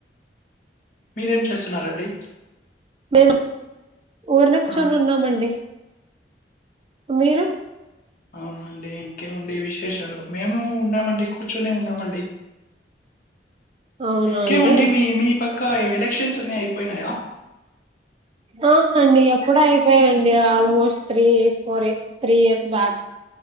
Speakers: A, on the left (about 50°); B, on the right (about 30°).
A: మీరేం చేస్తున్నారండి.
B: మేము ఊరనే కూచొని
A: ఆ
B: ఉన్నామండి మీరు
A: అవునండి ఇంకేమండి విశేషాలు. మేము ఉన్నామండి కూర్చునే ఉన్నామండి.
B: అవునా
A: ఇంకేమండి
B: అండి
A: మీ మీ పక్క ఎలక్షన్స్ అన్ని అయిపోయినాయా.
B: ఆ అండి ఎప్పుడ అయిపోయిండి almost three four three years back